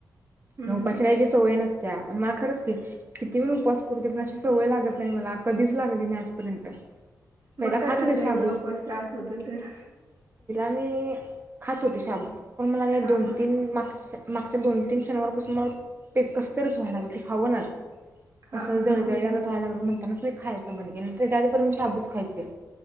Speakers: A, on the right (about 65°); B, on the right (about 30°).
A: हं,
B: न ऊपाशी
A: हं.
B: राहायलची सवय नसते. त्या मला खरंच की किती पण उपवास करूदे पण अशी सवय लागत नाही मला कधीच लागली नाही आजपर्यंत. पहिला
A: मगका
B: खात
A: करता
B: होते शाबू
A: एवढा उपवास त्रास होतो तर.
B: आणि खातो ते शाब. पण मला
A: हां,
B: दोन
A: हां,
B: माग मागच्या दोन-तीन शनिवारपासून मला पेकसतच व्हायला लागल ते खावं ना
A: हां,
B: असं
A: हां,
B: जळजळ
A: हां,
B: लागत व्हायला लागलं म्ह च मी खायचं बंद केलं जे पर्य मी साबूस खायचे